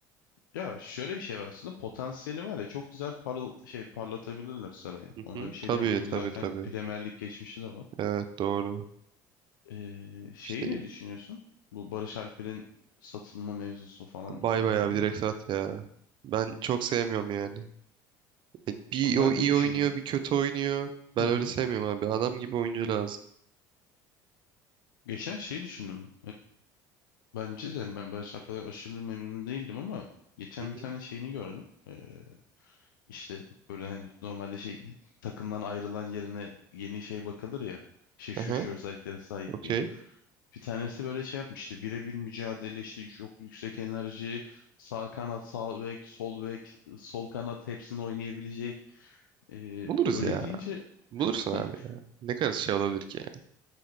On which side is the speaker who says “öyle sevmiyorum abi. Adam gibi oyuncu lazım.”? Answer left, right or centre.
Right